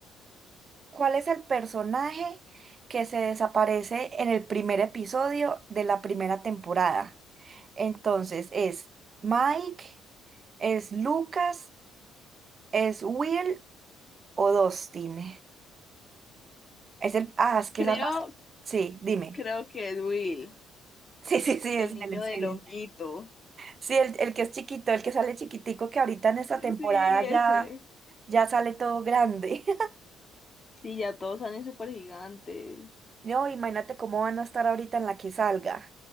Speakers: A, on the right (about 35°); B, on the left (about 30°).
A: ¿cuál es el personaje que se desaparece en el primer episodio de la primera temporada? Entonces, ¿es Mike? ¿Es Lucas, es Will o Dustin? Es el, ah, es que
B: Creo,
A: esa raza, sí, dime.
B: creo
A: <laughs>
B: que es Will,
A: Sí, sí, sí, es
B: el niño
A: él, es
B: del
A: él.
B: honguito.
A: Sí, el, el que es chiquito, el que sale chiquitico, que ahorita en esta temporada
B: Sí,
A: ya,
B: ese.
A: ya sale todo grande. <laughs>
B: Sí, ya todos salen súper gigantes.
A: No, imagínate cómo van a estar ahorita en la que salga.